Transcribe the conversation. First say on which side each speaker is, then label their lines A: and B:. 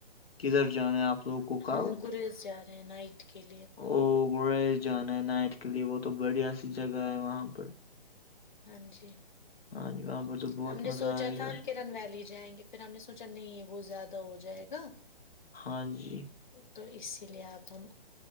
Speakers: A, on the left (about 85°); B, on the left (about 50°).
A: کدھر جانا ہے آپ لوگوں کو کل
B: ہم گریز جا رہے ہیں نائٹ کے لیے
A: او گ جانا ہے نائٹ کے لیے وہ تو بڑیا سی جگہ ہے وہاں پر
B: ہاں جی
A: ہاں جی وہاں پر تو بہت
B: ہم نے
A: مزہ
B: سوچا
A: آئے
B: تھا
A: گا
B: ہم کرن ویلی جائیں گے پھر ہم نے سوچا نہیں وہ زیادہ ہو جائے گا
A: ہاں جی
B: تو اسی لیے اب ہم